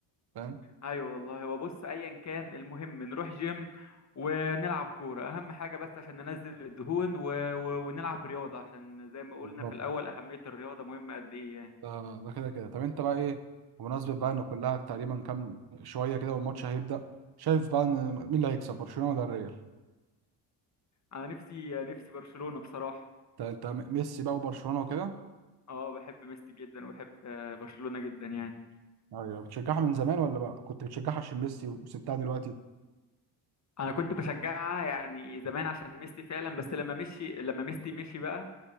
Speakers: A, on the right; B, on the left.
A: فاهم
B: ايوه والله هو بص ايا كان المهم نروح جيم ونلعب كوره اهم حاجه بس عشان ننزل الدهون و... و... ونلعب رياضه عشان زي ما قلنا
A: بالظبط
B: في الاول اهميه الرياضه مهمه قد ايه يعني
A: ده ده كده كده طب انت بقى ايه بمناسبة بقى ان كلها تقريبا كام شوية كده والماتش هيبدأ شايف بقى ان مين اللي هيكسب برشلونة ولا الريال
B: انا نفسي نفسي برشلونه بصراحه
A: انت انت م- ميسي بقى وبرشلونة وكده
B: اه بحب ميسي جدا وبحب آه، برشلونه جدا يعني
A: ايوه بتشجعها من زمان ولا بقى كنت بتشجعها عشان ميسي وسبتها دلوقتي
B: انا كنت بشجعها يعني زمان عشان ميسي فعلا بس لما مشي لما ميسي مشي بقى